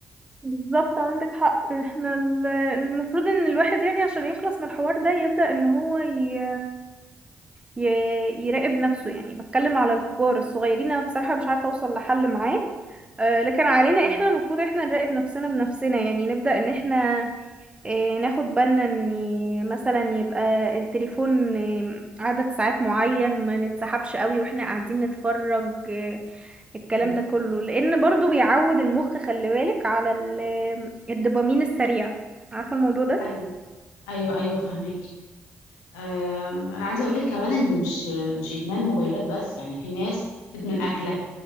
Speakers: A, on the right; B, on the left.
A: بالظبط عندك حق احنا ال- المفروض ان الواحد يعني عشان يخلص من الحوار ده يبدأ ان هو ي... ي... يراقب نفسه يعني بتكلم على الكبار الصغيرين انا بصراحة مش عارفة اوصل لحل معاه آه، لكن علينا
B: مم.
A: احنا المفروض احنا نراقب نفسنا بنفسنا يعني نبدأ ان احنا آه، ناخد بالنا ان مثلا يبقى التليفون آه، عدد ساعات معين ما نتسحبش قوي واحنا قاعدين نتفرج آه، الكلام
B: مم.
A: ده كله لان برضو بيعود المخ خلي بالك على ال- الدوبامين السريع عارفة الموضوع ده؟
B: ايوه ايوه ايوه فهماكي آم، انا عايزه اقول لك كمان ان مش مش ادمان موبايلات بس يعني في ناس تدمن اكله